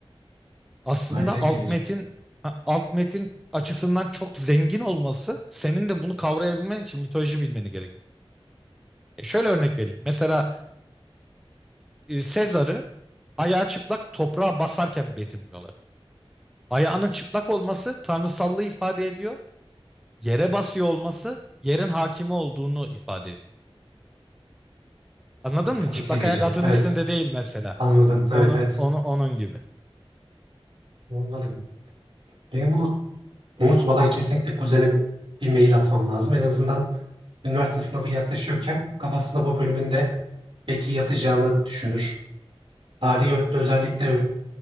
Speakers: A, in the centre; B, on the right.
A: Aslında
B: Evet etkileyici.
A: alt metin ha, alt metin açısından çok zengin olması senin de bunu kavrayabilmen için mitoloji bilmeni gerektiriyor. E, şöyle örnek vereyim. Mesela e, Sezar'ı ayağı çıplak toprağa basarken betimliyorlar. Ayağının çıplak olması tanrısallığı ifade ediyor. Yere basıyor olması yerin hakimi olduğunu ifade ediyor. Anladın
B: Çok
A: mı? Çıplak
B: etkileyici.
A: ayak atın
B: Evet
A: üstünde değil mesela.
B: anladım. Evet
A: Onu,
B: evet
A: onu onun gibi.
B: anladım. Benim bunu Unutmadan kesinlikle kuzene bir mail atmam lazım. En azından üniversite sınavı yaklaşıyorken kafasında bu bölümünde belki yatacağını düşünür. Tarihi ö- özellikle ö-